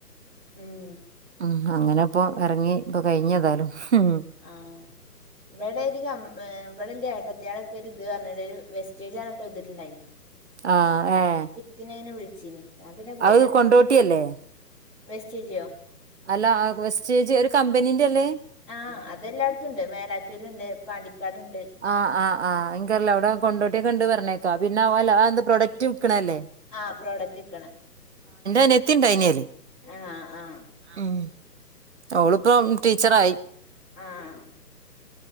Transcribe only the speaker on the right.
ഉം അങ്ങനെ ഇപ്പൊ എറങ്ങി ഇപ്പൊ കഴിഞ്ഞേതായാലും ഉം
ആഹ ഏഹ്
അത് കൊണ്ടോട്ടിയല്ലേ
അല്ല വെസ്റ്റേജ് ഒരു കമ്പനീന്റെ അല്ലേ
ആഹ് ആ ഹ്ആഹ് എനിക്കറിയില്ല അവിടെ കൊണ്ടോട്ടി ഒക്കണ്ട് പറഞ്ഞേക്കാ പിന്നെ അത് പോലെ അതെന്താ പ്രൊഡക്റ്റ് വിൽക്കണ അല്ലേ
അനിയത്തി ഇണ്ടായിനി അയില്
ഉം ഓളിപ്പം ടീച്ചറായി